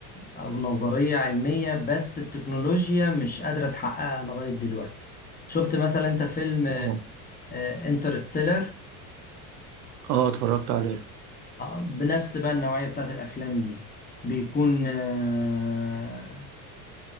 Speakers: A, on the left (about 20°); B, on the right (about 85°).
A: أو نظرية علمية بس التكنولوجيا مش قادرة تحققها لغاية دلوقتي شفت مثلا أنت فيلم
B: اه
A: انترستيلر
B: اه اتفرجت عليه
A: بنفس بقى النوعية بتاعت الأفلام دي بيكون آه،